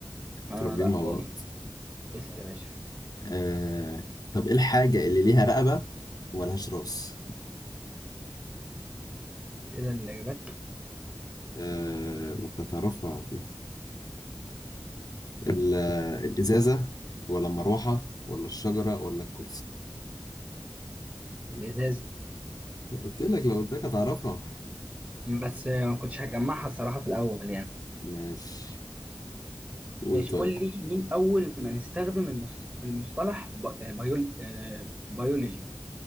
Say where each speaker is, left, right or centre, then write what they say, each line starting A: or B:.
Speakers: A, on the right (about 15°); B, on the left (about 50°).
A: آه
B: متربيين
A: لا
B: مع
A: باين
B: بعض
A: اسأل يا باشا
B: آه... طب ايه الحاجة اللي ليها رقبة وملهاش راس
A: إيه كده الإجابات
B: آه... ما أنت تعرفها دي ال... الازازة ولا المروحة ولا الشجرة ولا الكرسي
A: الإزازة
B: قلت لك لو قلت لك هتعرفها
A: بس آه، ما كنتش هجمعها الصراحة في الأول يعني
B: <laughs> ماشي قول
A: ماشي
B: طيب
A: قول لي مين أول من استخدم المص- المصطلح ب- آه، بيول آه، بيولوجي